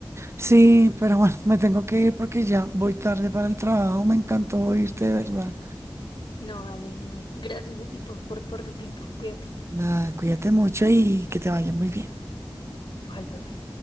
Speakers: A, on the right; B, on the left.
A: Sí, pero bueno, me tengo que ir porque ya voy tarde para el trabajo. Me encantó oírte, de verdad.
B: No, dale, dime. Gracias a ti por, por, por tu tiempo. Cuídate.
A: Nada, cuídate mucho y que te vaya muy bien.
B: Igual, bye bye.